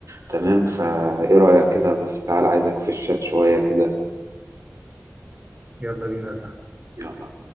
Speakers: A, on the right (about 85°); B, on the right (about 20°).
A: تمام فايه رايك كده بس تعال عايزك في الشات شويه كده
B: يلا بينا يا صاحبي.
A: يلا